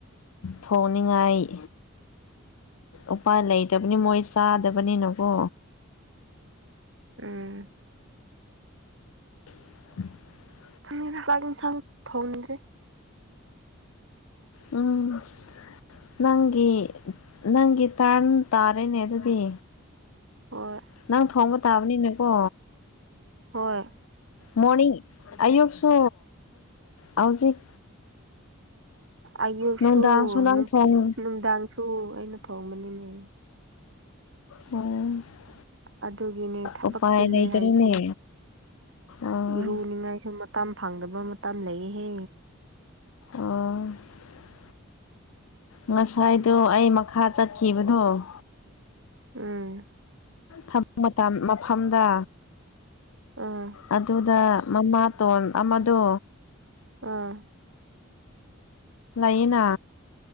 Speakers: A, on the left; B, on the right.
A: ꯊꯣꯡꯅꯤꯡꯉꯥꯏ ꯎꯄꯥꯏ ꯂꯩꯇꯕꯅꯤ ꯃꯣꯏ ꯆꯥꯗꯕꯅꯤꯅꯀꯣ
B: ꯎꯝ
A: <inaudible>
B: <inaudible>
A: ꯎꯝ ꯅꯪꯒꯤ ꯅꯪꯒꯤ ꯇꯥꯔ꯭ꯟ ꯇꯥꯔꯦꯅꯦ ꯑꯗꯨꯗꯤ
B: ꯍꯣꯏ
A: ꯅꯪ ꯊꯣꯡꯕ ꯇꯥꯕꯅꯤꯅꯦꯀꯣ
B: ꯍꯣꯏ
A: ꯃꯣꯔꯅꯤꯡ ꯑꯌꯨꯛꯁꯨ ꯍꯧꯖꯤꯛ
B: ꯑꯌꯨꯛꯁꯨ
A: ꯅꯨꯡꯗꯥꯡꯁꯨ ꯅꯪ
B: ꯅꯨꯡꯊꯤꯟ
A: ꯊꯣꯡ
B: ꯅꯨꯡꯗꯥꯡꯁꯨ ꯑꯩꯅ ꯊꯣꯡꯕꯅꯤꯅꯦ
A: <unintelligible>
B: ꯑꯗꯨꯒꯤꯅꯦ ꯊꯕꯛ
A: ꯎꯄꯥꯏ
B: ꯆꯤꯜꯂꯦ
A: ꯂꯩꯇꯔꯦꯅꯦ
B: ꯍꯥꯏꯔꯤꯁꯦ
A: ꯑꯥ
B: ꯏꯔꯨꯅꯤꯡꯉꯥꯏꯁꯨ ꯃꯇꯝ ꯐꯪꯗꯕ ꯃꯇꯝ ꯂꯩꯌꯦꯍꯦ
A: ꯑꯣ꯫ ꯉꯁꯥꯏꯗꯣ ꯑꯩ ꯃꯈꯥ ꯆꯠꯈꯤꯕꯗꯣ <inaudible>
B: ꯎꯝ꯫
A: <inaudible> ꯃꯐꯝꯗ
B: ꯎꯝ
A: ꯑꯗꯨꯗ ꯃꯃꯥ ꯇꯣꯟ ꯑꯃꯗꯣ
B: ꯑꯥ
A: ꯂꯌꯦꯅꯥ